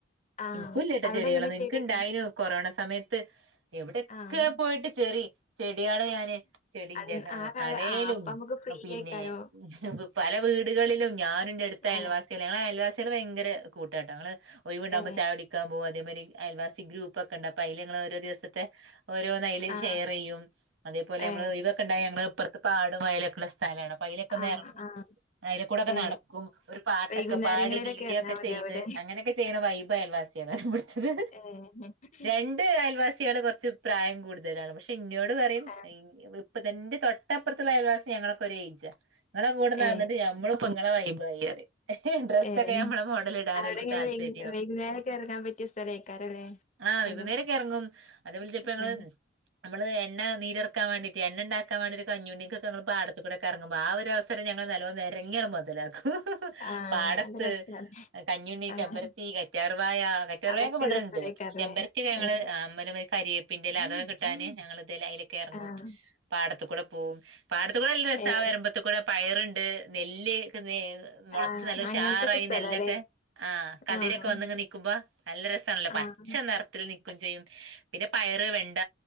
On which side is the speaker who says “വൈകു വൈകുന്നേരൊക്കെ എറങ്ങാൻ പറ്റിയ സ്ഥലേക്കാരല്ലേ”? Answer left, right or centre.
Left